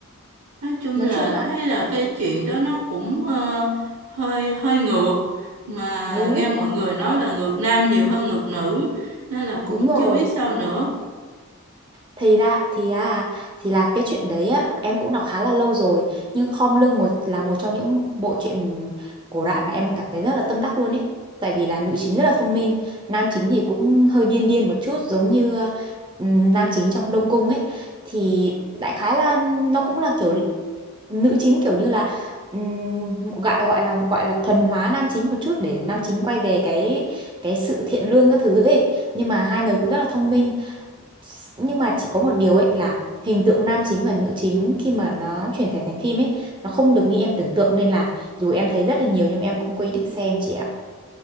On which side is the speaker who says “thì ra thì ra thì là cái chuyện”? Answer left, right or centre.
Right